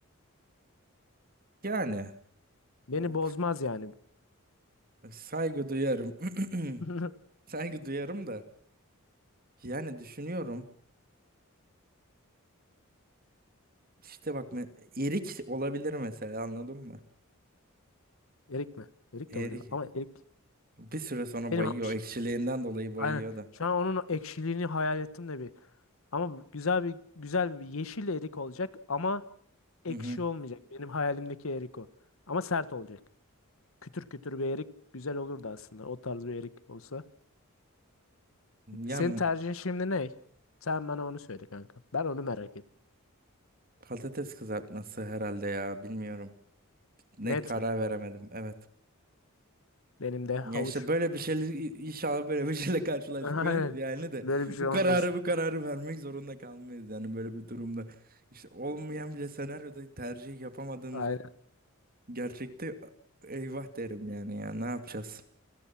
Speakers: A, on the right; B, on the left.
A: Yani
B: Beni
A: of,
B: bozmaz yani.
A: saygı duyarım. <clears throat>
B: <laughs>
A: Saygı duyarım da yani düşünüyorum işte bak me- erik olabilir mesela anladın mı?
B: Erik mi? Erik
A: Erik
B: de olabilir ama erik.
A: bir süre sonra
B: Benim
A: bayıyor
B: havuç
A: ekşiliğinden dolayı bayıyor
B: Aynen.
A: da.
B: Şu an onun ekşiliğini hayal ettim de bir. Ama güzel bir güzel bir yeşil erik olacak ama ekşi
A: Hı hı.
B: olmayacak. Benim hayalimdeki erik o. Ama sert olacak. Kütür kütür bir erik güzel olurdu aslında. O tarz bir erik olsa.
A: Ya
B: Senin tercihin şimdi ne? Sen bana onu söyle kanka. Ben onu merak ettim.
A: Patates kızartması herhalde ya bilmiyorum. Ne
B: Net
A: karar
B: mi?
A: veremedim evet.
B: Benim de havuç.
A: Ya işte böyle bir şeyle inşallah böyle bir <laughs> şeyle karşılaşmayız
B: <laughs> Aynen.
A: yani de
B: Böyle
A: bu
B: bir şey olmasın.
A: kararı bu kararı vermek zorunda kalmayız yani böyle bir durumda. İşte olmayan bile senaryoda tercih yapamadığımız
B: Aynen.
A: gerçekte eyvah derim yani ya ne yapacağız?